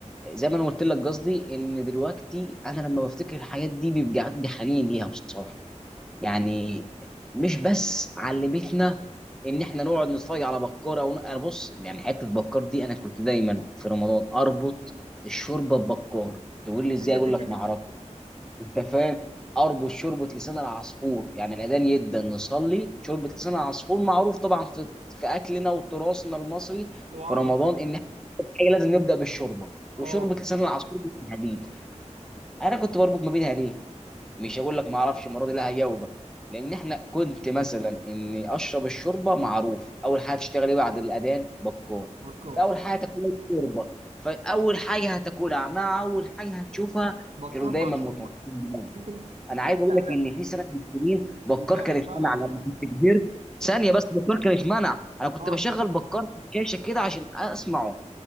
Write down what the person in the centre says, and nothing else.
زي ما انا قلت لك قصدي ان دلوقتي انا لما بفتكر الحاجات دي بيبقى عندي حنين ليها بصراحه يعني مش بس علمتنا ان احنا نقعد نتفرج على بكاره ون... انا بص يعني حته بكار دي انا كنت دايما في رمضان اربط الشوربه ببكار تقول
لي ازاي اقول لك ما اعرفش انت فاهم اربط شوربه لسان العصفور يعني الاذان يبدا نصلي شوربه لسان العصفور معروف طبعا في في اكلنا وتراثنا المصري
في رمضان
ان حاجه لازم نبدا بالشوربه وشوربه
لسان العصفور بالحديد انا كنت بربط ما بينها ليه مش هقول لك ما اعرفش المره دي لا هجاوبك لان احنا كنت مثلا اني اشرب الشوربه معروف اول حاجه تشتغل ايه بعد الاذان بكار
فاول حاجه تاكلها الشوربه فاول حاجه هتاكلها مع اول حاجه هتشوفها
كانوا دايما
متربطين ببعض
انا عايز اقول
لك ان في سنه من السنين بكار
كان اتمنع
لما كنت كبرت ثانيه بس بكار كان اتمنع انا كنت
بشغل بكار في الشاشه كده عشان اسمعه